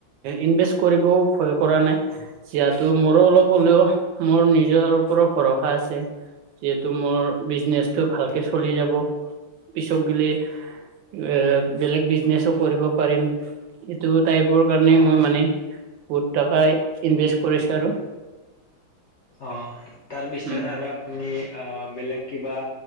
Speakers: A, on the right; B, on the left.
A: ইনভেষ্ট কৰিবও ভয় কৰা নাই ইয়াত ত' মোৰো অলপ হ'লেও মোৰ নিজৰ ওপৰত ভৰসা আছে। যিহেতু মোৰ বিজনেচটো ভালকে চলি যাব পিছক গিলি। এ' বেলেগ বিজনেছো কৰিব পাৰিম। এইটো টাইপৰ কাৰণে
B: অ
A: মই মানে বহুত টকা ইনভেষ্ট কৰিছো আৰু।
B: অ', তাৰ পিছত
A: উম
B: আৰু আপুনি অ', বেলেগ কিবা